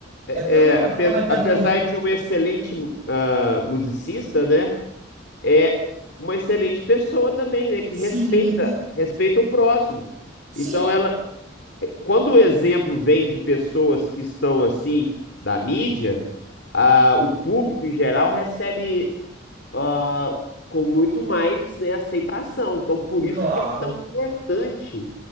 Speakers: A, on the left (about 60°); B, on the right (about 45°).
A: é,
B: É porque eu não
A: é, ape-
B: lembro como é que
A: apesar
B: era o nome. do-
A: de um excelente ah, musicista, né? É uma excelente pessoa também, né? Que
B: Sim,
A: respeita, respeita o próximo.
B: sim,
A: Então, ela, quando o exemplo vem de pessoas que estão assim da mídia, ah, o público em geral recebe ah, com muito mais, né, aceitação. Então, por isso
B: claro.
A: que é tão importante